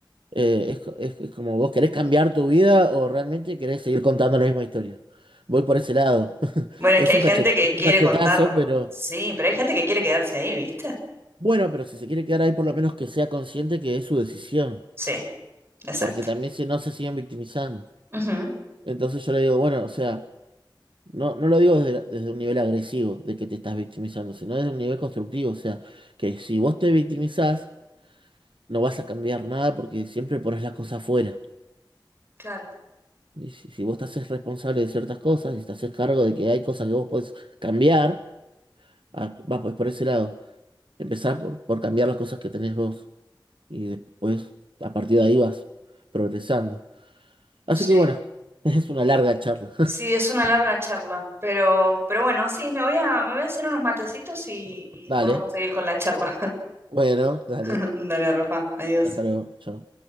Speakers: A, on the right; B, on the right.
A: eh, es, co- es- es como, ¿vos querés cambiar tu vida o realmente querés seguir contando la misma historia? Voy por ese lado. <laughs>
B: Bueno, es
A: Es
B: que hay
A: un
B: gente
A: cachet-
B: que
A: es
B: quiere
A: un cachetazo,
B: contar,
A: pero...
B: sí, pero hay gente que quiere quedarse ahí, ¿viste?
A: Bueno, pero si se quiere quedar ahí, por lo menos que sea consciente que es su decisión,
B: Sí, exacto.
A: porque también si no se siguen victimizando.
B: Ujú,
A: Entonces yo le digo, bueno, o sea, no, no lo digo desde, desde un nivel agresivo de que te estás victimizando, sino desde un nivel constructivo, o sea, que si vos te victimizás, no vas a cambiar nada porque siempre pones las cosas afuera.
B: claro,
A: Y si, si vos te haces responsable de ciertas cosas, y te haces cargo de que hay cosas que vos podés cambiar, ah, va pues por ese lado. Empezar por, por cambiar las cosas que tenés vos y después a partir de ahí vas progresando. Así
B: sí.
A: que bueno, <laughs> es una larga charla.
B: Sí, es una larga charla, pero, pero bueno, sí, me voy a, me voy a hacer unos matecitos y, y
A: <laughs> Dale,
B: podemos seguir con la charla.
A: bueno, dale.
B: <laughs> Dale, Rafa, adiós.
A: Hasta luego, chao.